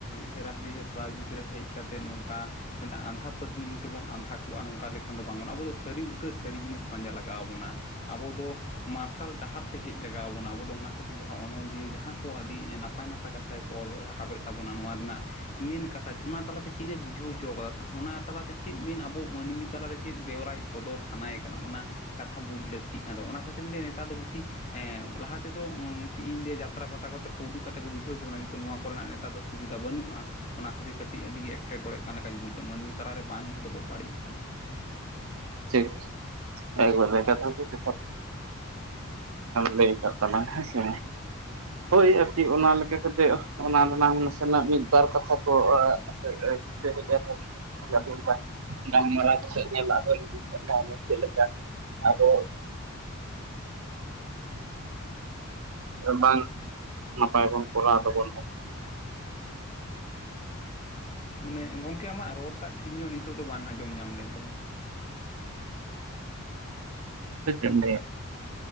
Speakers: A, on the left (about 35°); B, on the right (about 75°).
A: ᱦᱮᱨᱟ ᱦᱤᱨᱤ ᱦᱮᱯᱨᱟᱣ ᱡᱩᱜᱽ ᱨᱮ ᱦᱮᱡ ᱠᱟᱛᱮᱜ ᱱᱚᱝᱠᱟ ᱢᱤᱫᱴᱟᱝ ᱟᱸᱫᱷᱟ ᱯᱟᱹᱛᱭᱟᱹᱣ ᱛᱮᱵᱚᱱ ᱟᱸᱫᱷᱟ ᱠᱚᱜᱼᱟ ᱱᱚᱝᱠᱟ ᱞᱮᱠᱷᱟᱱ ᱫᱚ ᱵᱟᱝ ᱜᱟᱱᱚᱜᱼᱟ ᱟᱵᱚ ᱫᱚ ᱥᱟᱹᱨᱤ ᱩᱛᱟᱹᱨ ᱥᱟᱹᱨᱤ ᱡᱤᱱᱤᱥ ᱯᱟᱸᱡᱟ ᱞᱟᱜᱟᱣ ᱟᱵᱚᱱᱟ ᱟᱵᱚ ᱫᱚ ᱢᱟᱨᱥᱟᱞ ᱰᱟᱦᱟᱨ ᱛᱮ ᱦᱮᱡ ᱞᱟᱜᱟᱣ ᱟᱵᱚᱱᱟ ᱟᱵᱚ ᱫᱚ ᱚᱱᱟ ᱠᱷᱟᱹᱛᱤᱨ ᱥᱮ ᱡᱟᱦᱟᱸ ᱚᱱᱚᱞᱤᱭᱟᱹ ᱡᱟᱦᱟᱸ ᱠᱚ ᱟᱹᱰᱤ ᱱᱟᱯᱟᱭ ᱱᱟᱯᱟᱭ ᱠᱟᱛᱷᱟ ᱜᱮᱠᱚ ᱚᱞ ᱨᱟᱠᱟᱵᱮᱫ ᱛᱟᱵᱚᱱᱟ ᱱᱚᱣᱟ ᱨᱮᱱᱟᱜ, ᱢᱮᱱ ᱠᱟᱛᱷᱟ ᱚᱱᱟ ᱛᱟᱞᱟᱛᱮ ᱪᱮᱫ ᱮ ᱵᱩᱡᱷᱟᱹᱣ ᱦᱚᱪᱚ ᱠᱟᱫᱟ, ᱚᱱᱟ ᱛᱟᱞᱟᱛᱮ ᱪᱮᱫ ᱢᱮᱱ ᱟᱵᱚ ᱢᱟᱹᱱᱢᱤ ᱛᱟᱞᱟ ᱨᱮ ᱪᱮᱫ ᱵᱮᱣᱨᱟᱭ ᱥᱚᱫᱚᱨ ᱥᱟᱱᱟᱭᱮ ᱠᱟᱱᱟ ᱚᱱᱟ ᱠᱟᱛᱷᱟ ᱵᱩᱡᱽ ᱞᱟᱹᱠᱛᱤᱜ ᱠᱟᱱ ᱚᱱᱟ ᱠᱷᱟᱹᱛᱤᱨ ᱱᱮᱛᱟᱨ ᱫᱚ ᱵᱮᱥᱤ ᱮᱜ ᱞᱟᱦᱟ ᱛᱮᱫᱚ ᱪᱮᱫ ᱤᱧ ᱞᱟᱹᱭᱟ ᱡᱟᱛᱨᱟ ᱯᱟᱛᱟ ᱠᱚ ᱠᱟᱛᱮ ᱠᱚ ᱩᱫᱩᱜ ᱠᱟᱛᱮᱜ ᱠᱚ ᱵᱩᱷᱟᱹᱣ ᱟᱵᱚᱱᱟ ᱠᱤᱱᱛᱩ ᱱᱚᱣᱟ ᱠᱚᱨᱮᱱᱟᱜ ᱱᱮᱛᱟᱨ ᱫᱚ ᱥᱩᱵᱤᱫᱷᱟ ᱵᱟᱹᱱᱩᱜᱼᱟ ᱚᱱᱟ ᱠᱷᱟᱹᱛᱤᱨ ᱠᱟᱹᱴᱤᱡ ᱟᱹᱰᱤ ᱮᱴᱠᱮᱴᱚᱬᱮᱜ ᱠᱟᱱ ᱞᱮᱠᱟᱧ ᱵᱩᱡᱽ ᱮᱫᱟ ᱢᱟᱹᱱᱢᱤ ᱛᱟᱞᱟᱨᱮ ᱵᱟᱝ ᱥᱚᱫᱚᱨ ᱫᱟᱲᱮᱭᱟᱜ ᱠᱟᱱᱟ᱾
B: ᱴᱷᱤᱠ ᱮᱠᱵᱟᱨᱮ ᱡᱚᱛᱷᱟᱛ ᱞᱟᱹᱭ ᱠᱮᱫ ᱛᱟᱞᱟᱝ ᱦᱮᱸᱥᱮ ᱦᱳᱭ ᱟᱨᱠᱤ ᱚᱱᱟ ᱞᱮᱠᱟ ᱠᱟᱛᱮᱜ ᱚᱱᱟ ᱨᱮᱱᱟᱝ ᱱᱟᱥᱮᱱᱟᱜ ᱢᱤᱫ ᱵᱟᱨ ᱠᱟᱛᱷᱟ ᱠᱚ ᱱᱟᱥᱮ <unintelligible> ᱜᱟᱞᱢᱟᱨᱟᱣ ᱯᱟᱥᱮᱡ ᱧᱮᱞᱟᱜ ᱵᱮᱱ ᱚᱱᱟ ᱪᱮᱫ ᱞᱮᱠᱟ ᱟᱫᱚ ᱵᱟᱝ ᱱᱟᱯᱟᱭ ᱵᱚᱱ ᱠᱚᱨᱟᱣ ᱫᱟᱵᱚᱱ
A: ᱢᱟᱱᱮ ᱜᱚᱝᱠᱮ ᱟᱢᱟᱜ ᱨᱚᱲ ᱴᱟᱜ ᱴᱷᱤᱠ ᱧᱚᱜ ᱱᱤᱛᱚᱜ ᱫᱚ ᱵᱟᱝ ᱟᱸᱡᱚᱢ ᱧᱟᱢ ᱞᱮᱱ ᱛᱟᱢᱟ᱾
B: <inaudible>